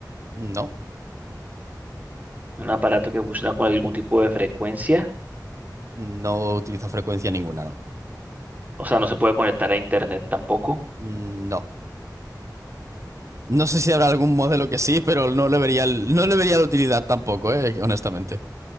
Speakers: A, on the right; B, on the right.
A: No,
B: un aparato que funciona con algún tipo de frecuencia.
A: no utiliza frecuencia ninguna, no.
B: O sea, no se puede conectar a internet tampoco.
A: Mm, No. No sé si habrá algún modelo que sí, pero no le vería, el- no le vería la utilidad tampoco, eh, honestamente.